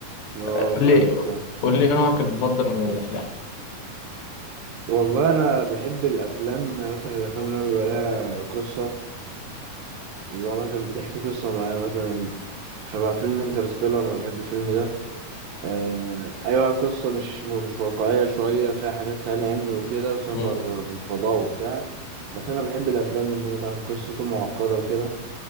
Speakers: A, on the right; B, on the left.
A: أه
B: قول
A: فاهمك
B: لي
A: فاهم
B: قول لي ايه نوعك المفضل من الافلام
A: والله أنا بحب الأفلام مثلا الأفلام اللي هو بيبقى لها قصة اللي هو مثلا بتحكي قصة معينة مثلا شبه فيلم انترستيلر أنا بحب الفيلم ده آه أيوة قصة مش مش واقعية شوية فيها حاجات خيال علمي وكده وسفر
B: امم
A: في الفضاء وبتاع بس أنا بحب الأفلام من النوع ده وقصته معقدة وكده